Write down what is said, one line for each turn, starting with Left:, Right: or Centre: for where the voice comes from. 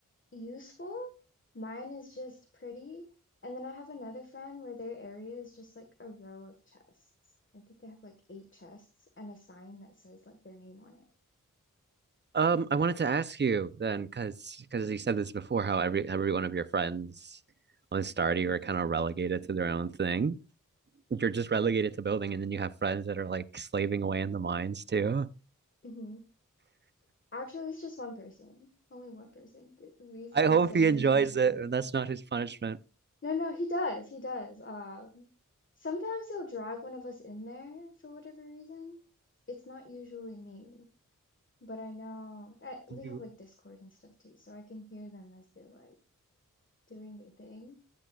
Left: useful. Mine is just pretty, and then I have another friend where their area is just like a row of chests. I think they have like eight chests and a sign that says like their name on it.
Right: Um, I wanted to ask you then, because because you said this before, how every every one of your friends on Stardew are kind of relegated to their own thing. You're just relegated to building, and then you have friends that are like slaving away in the mines too.
Left: Mhm. Actually, it's just one person. Only one person. We
Right: I
Left: like
Right: hope
Left: send
Right: he enjoys
Left: him to the mines.
Right: it and that's not his punishment.
Left: No, no, he does. He does. Um, sometimes he'll drag one of us in there for whatever reason. It's not usually me, but I know I, we
Right: You
Left: have like Discord and stuff too, so I can hear them as they're like doing their thing.